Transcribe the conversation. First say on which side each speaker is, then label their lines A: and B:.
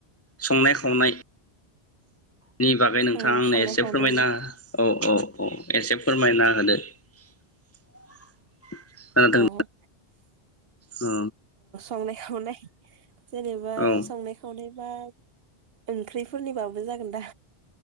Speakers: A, on the left; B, on the right.
A: संनाय खावनाय। नि बागै नोंथाङा
B: औ
A: आंनो
B: संनाय
A: एसे
B: खावनायनि
A: फोरमायना औ औ। अ एसे फोरमायना होदो। <inaudible> खोनादों
B: औ ।
A: औ।
B: संनाय खावनाय जेनेबा
A: औ
B: संनाय खावनाय बा ओंख्रिफोरनिबाबो जागोन दा?